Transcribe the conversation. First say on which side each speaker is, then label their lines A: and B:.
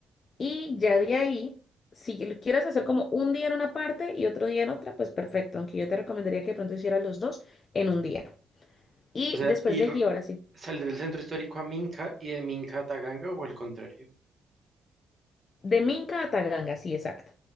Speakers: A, on the left; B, on the right.
A: Y ya de ahí, si lo quieres hacer como un día en una parte y otro día en otra, pues perfecto, aunque yo te recomendaría que de pronto hicieras los dos en un día. Y
B: O sea,
A: después
B: ir,
A: de allí, ahora sí,
B: salir del centro histórico a Minca y de Minca a Taganga o al contrario.
A: de Minca a Taganga, sí, exacto.